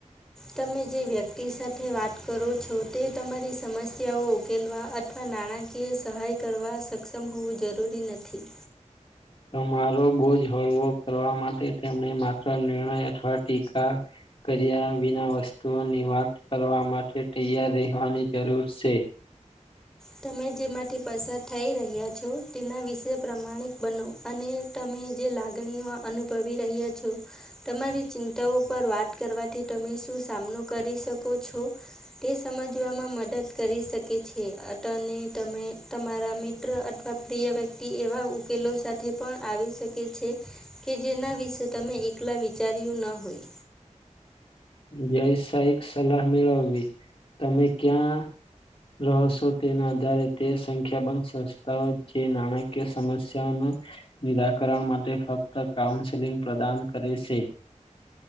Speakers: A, in the centre; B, on the left (about 45°).
A: તમે જે વ્યક્તિ સાથે વાત કરો છો તે તમારી સમસ્યાઓ ઉકેલવા અથવા નાણાંકીય સહાય કરવા સક્ષમ હોવું જરૂરી નથી
B: તમારો બોજ હળવો કરવા માટે તેમને માત્ર નિર્ણય અથવા ટીકા કર્યા વિના વસ્તુઓની વાત કરવા માટે તૈયાર રહેવાની જરૂર છે
A: તમે જેમાંથી પસાર થઈ રહ્યા છો તેના વિશે પ્રમાણિક બનો અને તમે જે લાગણીઓ અનુભવી રહ્યા છો તમારી ચિંતાઓ પર વાત કરવાથી તમે શું સામનો કરી શકો છો તે સમજવામાં મદદ કરી શકે છે તમે તમારા મિત્ર અથવા પ્રિય વ્યક્તિ એવા ઉકેલો સાથે પણ આવી શકે કે છે કે જેના વિશે તમે એકલા વિચાર્યું ન હોય
B: જય સાહેક સલાહ મેળવવી તમે ક્યાં રહશો તેના આધારે તે સંખ્યાબંધ સંસ્થાઓ જે નાણાકીય સમસ્યાઓના નિરાકરણ માટે ફક્ત કાઉન્સેલિંગ પ્રદાન કરે છે